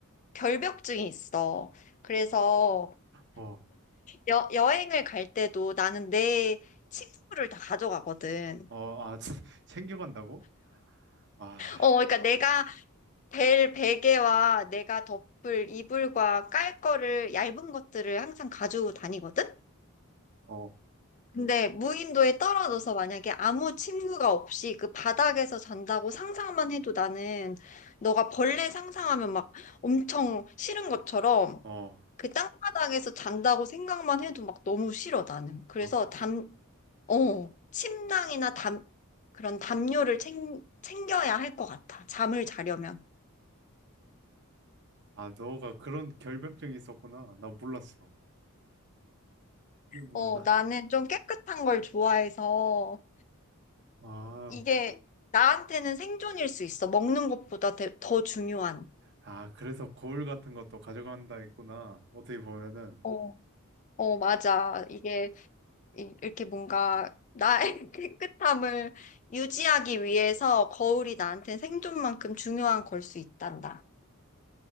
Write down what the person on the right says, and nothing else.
어,
어, 아, <laughs> 챙겨간다고? 아,
어,
어.
아, 그-
아, 너가 그런 결벽증이 있었구나. 나 몰랐어. 근데 뭐,
나,
아.
아, 그래서 거울 같은 것도 가져간다 했구나. 어떻게 보면은